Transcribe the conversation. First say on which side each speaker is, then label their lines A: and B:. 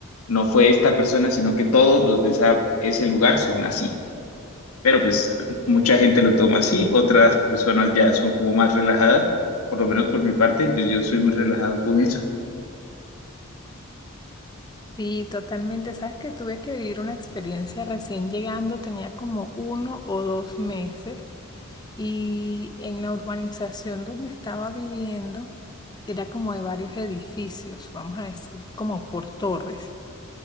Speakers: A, on the left (about 85°); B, on the left (about 20°).
A: no fue esta persona, sino que todos los de esa, ese lugar son así. Pero pues mucha gente lo toma así, otras personas ya son como más relajadas, por lo menos por mi parte, yo, yo soy muy relajado con eso.
B: Sí, totalmente. Sabes que tuve que vivir una experiencia recién llegando, tenía como uno o dos meses y en la urbanización donde estaba viviendo era como de varios edificios, vamos a decir, como por torres.